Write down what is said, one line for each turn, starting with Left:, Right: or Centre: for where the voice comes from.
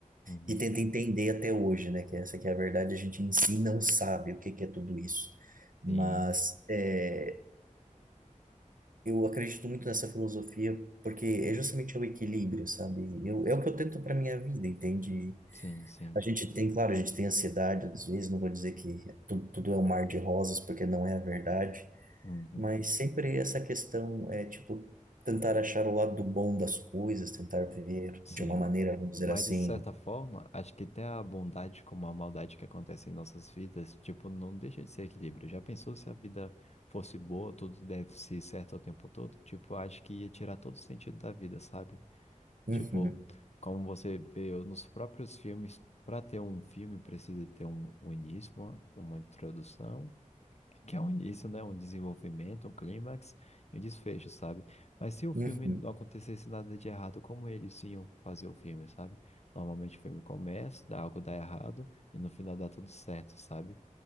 Left: Uhum.
Right: E tenta entender até hoje, né? Que essa que é a verdade, a gente em si não sabe o que que é tudo isso. Mas
Left: Sim,
Right: é, eu acredito muito nessa filosofia porque é justamente o equilíbrio, sabe? Eu, é o que eu tento para minha vida, entende?
Left: sim, sim.
Right: A gente tem, claro, a gente tem ansiedade às vezes, não vou dizer que tudo, tudo é um mar de rosas, porque não é a verdade,
Left: Uhum.
Right: mas sempre essa questão é, tipo, tentar achar o lado do bom das coisas, tentar ver
Left: Sim.
Right: de uma maneira, vamos dizer
Left: Mas
Right: assim,
Left: de certa forma, acho que até a bondade como a maldade que acontece em nossas vidas, tipo, não deixa de ser equilíbrio. Já pensou se a vida fosse boa, tudo deve ser certo o tempo todo? Tipo, acho que ia tirar todo o sentido da vida, sabe?
Right: uhum,
Left: Tipo, como você vê nos próprios filmes, para ter um filme precisa ter um, um início, uma, uma introdução Que é um início, né? Um desenvolvimento, um clímax e um desfecho, sabe? Mas se o filme
Right: uhum,
Left: não acontecesse nada de errado, como eles iam fazer o filme, sabe? Normalmente o filme começa, dá algo dá errado e no final dá tudo certo, sabe?